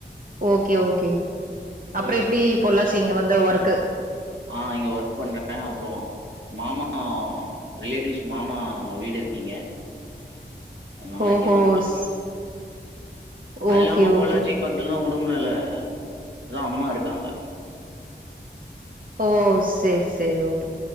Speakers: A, on the right; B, on the right.
A: ஓக்கே ஓக்கே
B: போய்
A: அப்றோ எப்டி பொள்ளாச்சி இங்க வந்து ஒர்க்கு
B: ஆ இங்க ஒர்க் பண்றுக்கே அப்றோ மாமா ரிலேட்டிவ்ஸ் மாமா வீடு இருக்கு இங்க அத்னால
A: ஓஹோ
B: இங்க வந்தே
A: ஸ்-
B: அது
A: ஓகே
B: இல்லாம பொள்ளாச்சிக்கு
A: ஓகே
B: பக்கத்துல தா உடுமலை அங் தா அம்மா இருக்காங்க
A: ஓ செர் செரி ஓகே